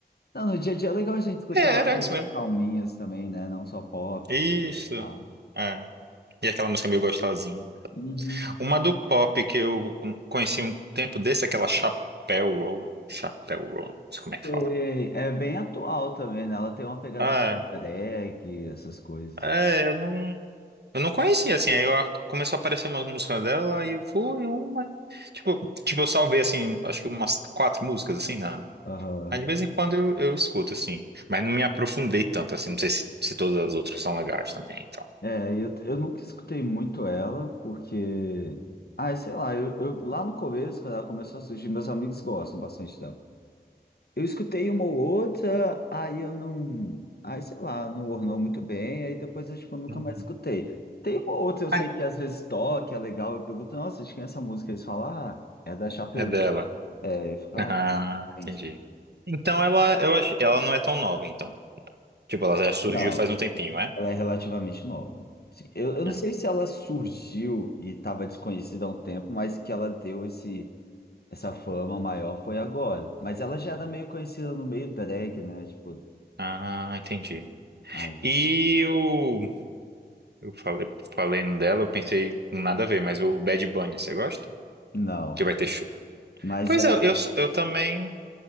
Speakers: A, on the left (about 65°); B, on the right (about 70°).
A: Não, no dia a dia é legal a gente escutar
B: É, era
A: coisas
B: isso mesmo.
A: calminhas também, né? Não só pop,
B: Isso.
A: tipo, sabe?
B: É. E aquela música meio gostosinha.
A: Uhum.
B: Uma do pop que eu conheci um tempo desse, aquela Chapéu Roll. Chapéu Roll, não sei
A: Sei.
B: como é que fala.
A: É bem atual também, né? Ela tem uma pegada
B: Ah,
A: mais drag, essas coisas.
B: é, eu não, eu não conhecia, assim. Aí eu, a- começou a aparecer umas músicas dela e eu fui uma. Tipo, tipo, eu salvei, assim, acho que umas quatro músicas, assim,
A: Aham.
B: Mas de vez em quando eu, eu escuto, assim. Mas não me aprofundei tanto, assim. Não sei se, se todas as outras são legais também, então.
A: É, eu, eu nunca escutei muito ela, porque. Ai, sei lá, eu, eu- lá no começo, quando ela começou a surgir, meus amigos gostam bastante dela. Eu escutei uma ou outra, aí eu não. Aí, sei lá, não ornou muito bem, aí depois eu, tipo, nunca
B: Uhum.
A: mais escutei. Tem uma ou outra, eu sei
B: Ai.
A: que às vezes toca, é legal, eu pergunto, nossa, de quem é essa música? Eles falam, ah, é da Chapeu.
B: É dela. <laughs>
A: É, eu fico, ah,
B: Ah,
A: gente.
B: entendi. Então ela, eu achei, ela não é tão nova, então. Tipo, ela já surgiu
A: Não,
B: faz um tempinho, é?
A: ela é relativamente nova. Sim, Eu, eu não
B: É.
A: sei se ela surgiu e estava desconhecida há um tempo, mas que ela deu esse, essa fama maior foi agora. Mas ela já era meio conhecida no meio drag, né? Tipo,
B: Ah, entendi.
A: ah,
B: E o. Eu falei, falei dela, eu pensei nada a ver, mas o Bad Bunny, você gosta?
A: não.
B: Que vai ter. sh-
A: Mas
B: Pois
A: é.
B: é, eu, eu também.